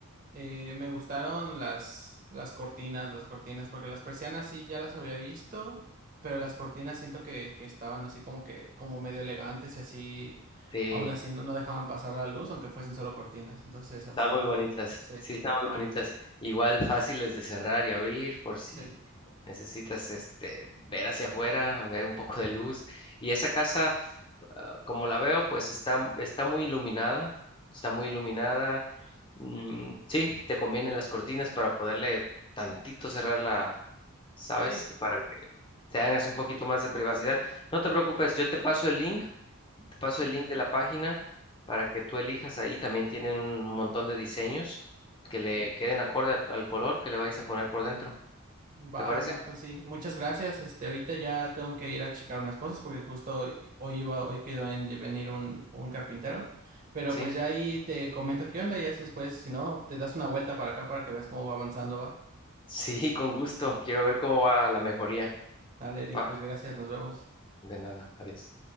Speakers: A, on the right; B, on the left.
A: Eh, me gustaron las, las cortinas, las cortinas, porque las persianas sí ya las había visto, pero las cortinas siento que, que estaban así como que, como medio elegantes y así,
B: Sí,
A: aún así no, no dejaban pasar la luz, aunque fuesen solo cortinas. Entonces esas,
B: están muy bonitas.
A: sí,
B: Sí, están muy bonitas. Igual fáciles de cerrar y abrir por si
A: sí,
B: necesitas este ver hacia afuera, ver un poco de luz. Y esa casa, ah, como la veo, pues está, está muy iluminada. Está muy iluminada. Mm, sí, te convienen las cortinas para poderle tantito cerrarla ¿sabes?
A: sí.
B: Para que te hagas un poquito más de privacidad. No te preocupes, yo te paso el link Te paso
A: ujú.
B: el link de la página para que tú elijas ahí. También tienen un montón de diseños que le queden acorde a- al color que le vais a poner por dentro.
A: Va,
B: ¿Te parece?
A: no, pues sí. Muchas gracias. Este, ahorita ya tengo que ir a checar unas cosas porque justo hoy, hoy iba, hoy quedó en lle- venir un, un carpintero. Pero
B: Sí.
A: pues ya
B: <laughs>
A: ahí te comento qué onda y ya después, si no, te das una vuelta para acá para que veas cómo va avanzando, va.
B: Sí, con gusto. Quiero ver cómo va la mejoría.
A: Dale, Eric,
B: Va.
A: pues gracias, nos vemos.
B: De nada. Adiós.